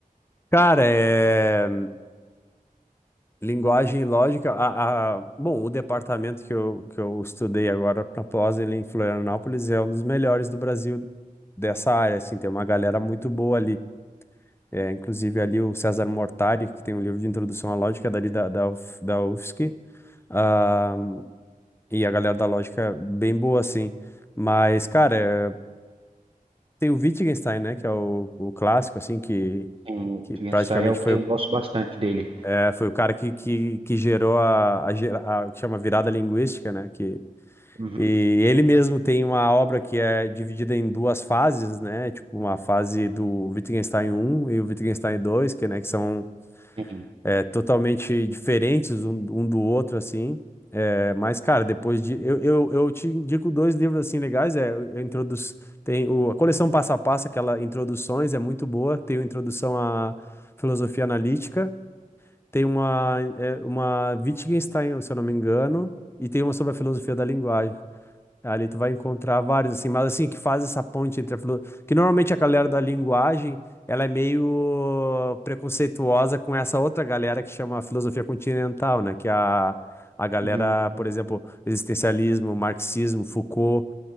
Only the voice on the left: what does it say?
Cara, é. Linguagem e lógica. A, a- bom, o departamento que eu, que eu estudei agora na pós ele em Florianópolis é um dos melhores do Brasil dessa área. Assim, tem uma galera muito boa ali. É, inclusive ali o César Mortari, que tem um livro de introdução à lógica dali da, da, UF da UFSC. Ah, e a galera da lógica bem boa, assim. Mas, cara, é, tem o Wittgenstein, né? Que é o, o clássico, assim, que,
que
praticamente
foi
É, foi o cara que, que, que gerou a, a, gera- a- o que chama virada linguística, né? Que,
e ele mesmo tem uma obra que é dividida em duas fases, né? Tipo, uma fase do Wittgenstein um e o Wittgenstein 2 que, né, que são
é, totalmente diferentes um, um do outro, assim. É, mas, cara, depois de. Eu, eu, eu te indico dois livros, assim, legais. É, o- introduz, tem o, a coleção Passo a Passo, aquela Introduções, é muito boa. Tem o Introdução à Filosofia Analítica. Tem uma, é, uma Wittgenstein, se eu não me engano, e tem uma sobre a filosofia da linguagem. Ali tu vai encontrar vários, assim, mas assim, que faz essa ponte entre a filosofia. Que normalmente a galera da linguagem, ela é meio preconceituosa com essa outra galera que chama a filosofia continental, né? Que é a, a galera,
por exemplo, existencialismo, marxismo, Foucault